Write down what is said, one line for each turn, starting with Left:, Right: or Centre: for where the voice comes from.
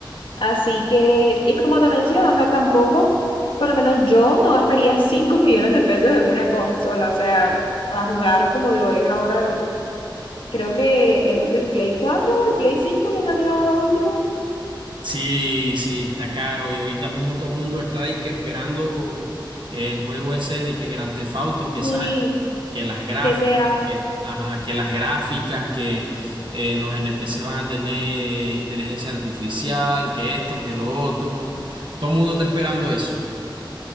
Left: Así que, y como te menciono, o sea, tampoco, por lo menos yo no gastaría <laughs> 5 millones de pesos en una consola, o sea, para jugar como lo es ahora, el- creo que el, el Play cuatro o el Play cinco que salió ahora último.
Right: Sí, sí, está caro. Y ahorita mismo todo el mundo está disque esperando el juego ese de que Grand Theft Auto que
Left: Y
Right: sale, que las gráficas,
Left: GTA.
Right: que, ajá, que las gráficas, que eh, los NPC van a tener inteligencia artificial, que esto, que lo otro. Todo el mundo está esperando eso.